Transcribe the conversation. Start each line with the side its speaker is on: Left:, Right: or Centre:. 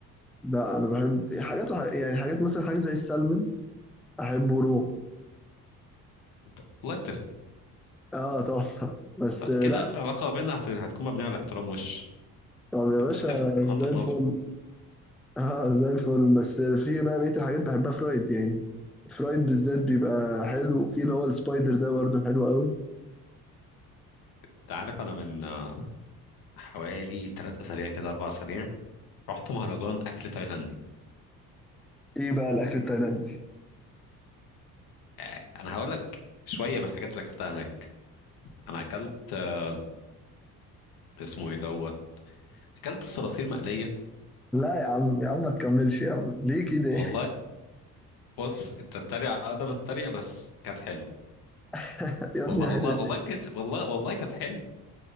Centre: لا انا بحب حاجات وح- يعني حاجات مثلا حاجه زي السلمون احبه رو
Left: انت والله
Centre: اه طبعا <laughs> بس
Left: لا
Centre: لا
Left: كده العلاقة بيننا هت- هتكون مبنية على الاحترام وش
Centre: طب يا
Left: انت
Centre: باشا
Left: بتفهم عندك
Centre: زي الفل
Left: نظرة
Centre: <laughs> اه زي الفل بس في بقى بقيه الحاجات بحبها فرايد يعني فرايد بالذات بيبقى حلو في اللي هو السبايدر ده برضه حلو قوي
Left: انت عارف انا من آه، حوالي ثلاث اسابيع كده اربع اسابيع رحت مهرجان اكل تايلاندي
Centre: ايه بقى الاكل التايلاندي
Left: آه، انا هقول لك شوية من الحاجات اللي اكلتها هناك انا اكلت آه، اسمه ايه دوت اكلت صراصير مقلية
Centre: لا يا عم يا عم ما تكملش يا عم ليه كده
Left: والله بص انت تتريق على قد ما تتريق بس كانت حلوه
Centre: <laughs> يا ابني
Left: والله والله
Centre: حلو
Left: والله كانت والله والله كانت حلوه